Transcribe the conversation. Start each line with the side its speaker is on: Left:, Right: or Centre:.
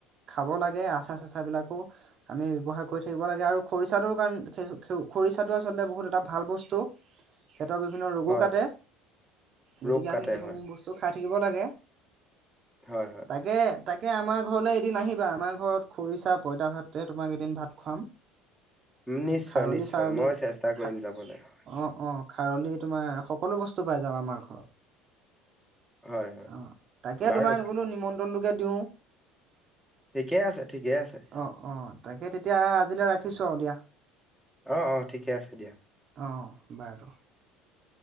Right: খাব লাগে আচাৰ-চাচাৰ বিলাকো আমি ব্যৱহাৰ কৰি থাকিব লাগে আৰু খৰিচাটোৰ কাৰণে খ খৰিচাটো আচলতে বহুত এটা ভাল বস্তু। পেটৰ বিভিন্ন ৰোগো
Centre: হয়
Right: কাটে, গতিকে
Centre: ৰোগ কাটে
Right: আমি সেইসমূহ
Centre: হয়
Right: বস্তু খাই থাক খাব লাগে।
Centre: হয় হয়
Right: তাকে তাকে আমাৰ ঘৰলৈ এদিন আহিবা। আমাৰ ঘৰত খৰিচা পইতা ভাতে তোমাক এদিন ভাত খুৱাম।
Centre: নিশ্চয়
Right: ত খাৰলি
Centre: নিশ্চয়
Right: চাৰলি
Centre: মই চেষ্টা কৰিম
Right: খা
Centre: যাবলৈ হয়।
Right: অ অ খাৰলি তোমাৰ সকলো বস্তু পাই যাব আমাৰ ঘৰত।
Centre: হয় হয়
Right: অ তাকে
Centre: বাৰু
Right: তোমাক বোলো নিমন্ত্ৰণটোকে দিওঁ।
Centre: ঠিকে আছে ঠিকে আছে।
Right: অ অ তাকে তেতিয়া আজিলে ৰাখি ৰাখিছোঁ আৰু দিয়া।
Centre: অঁ অঁ ঠিকে আছে দিয়া।
Right: অঁ বাই ক্ষেত্ৰ লগত